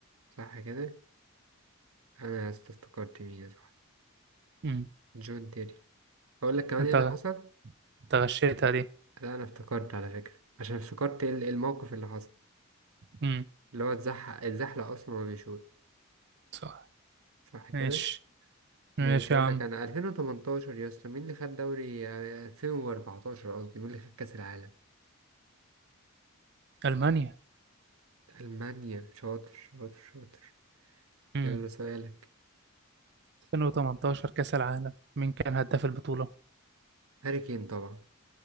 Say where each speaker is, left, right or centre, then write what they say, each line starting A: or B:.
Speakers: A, on the right; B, on the right.
A: صح كده انا است- افتكرت مين صح
B: امم
A: جون تيري اقول لك كمان
B: انت
A: ايه اللي حصل
B: انت غشيتها دي
A: لا انا افتكرت على فكرة عشان افتكرت ال- الموقف اللي حصل
B: امم
A: اللي هو اتزحق اتزحلق اصلا وهو بيشوط
B: صح
A: صح كده
B: ماشي
A: ماشي
B: ماشي
A: اقول
B: يا عم
A: لك انا 2018 يا اسطى مين اللي خد دوري آه، 2014 قصدي مين اللي خد كاس العالم
B: ألمانيا
A: المانيا شاطر شاطر شاطر
B: امم
A: يلا سؤالك
B: 2018 كأس العالم مين كان هداف البطولة
A: هاري كين طبعا